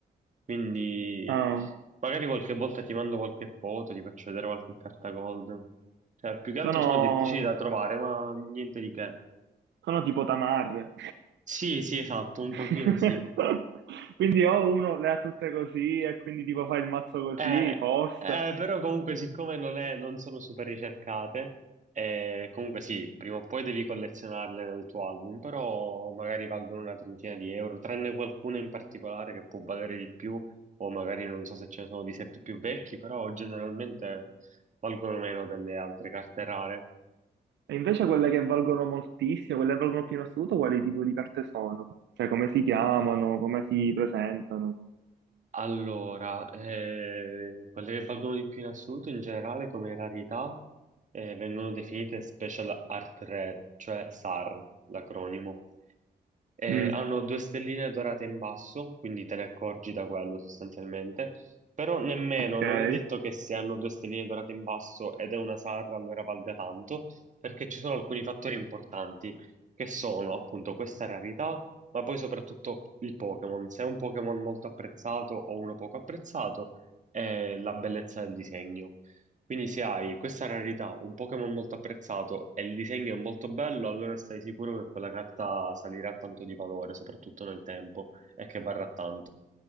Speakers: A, on the right; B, on the right.
A: Quindi
B: Ah.
A: magari qualche volta ti mando qualche foto, ti faccio vedere qualche carta gold. Cioè, più che altro
B: Sono,
A: sono difficili da trovare, ma niente di che.
B: sono tipo tamarre.
A: Sì, sì, esatto, un
B: <laughs>
A: pochino sì.
B: Quindi o uno le ha tutte così e quindi tipo fa il mazzo così,
A: Eh,
B: forse.
A: eh, però comunque siccome non, è- non sono super ricercate, eh, comunque sì, prima o poi devi collezionarle nel tuo album, però magari valgono una trentina di euro, tranne qualcuna in particolare che può valere di più, o magari non so se ce ne sono di set più vecchi, però generalmente valgono meno delle altre carte rare.
B: E invece quelle che valgono moltissimo, quelle che valgono più in assoluto, quali tipo di carte sono? Cioè come si chiamano, come si presentano?
A: Allora, eh, quelle che valgono di più in assoluto in generale come rarità eh, vengono definite Special Art Rare, cioè SAR, l'acronimo. Eh,
B: Mm,
A: hanno due stelline dorate in basso, quindi te ne accorgi da quello sostanzialmente, però nemmeno,
B: ok.
A: non è detto che se hanno due stelline dorate in basso ed è una SAR allora valga tanto, perché ci sono alcuni fattori importanti che sono appunto questa rarità ma poi soprattutto il Pokémon. Se è un Pokémon molto apprezzato o uno poco apprezzato, è la bellezza del disegno. Quindi se hai questa rarità, un Pokémon molto apprezzato e il disegno è molto bello, allora stai sicuro che quella carta salirà tanto di valore, soprattutto nel tempo, e che varrà tanto.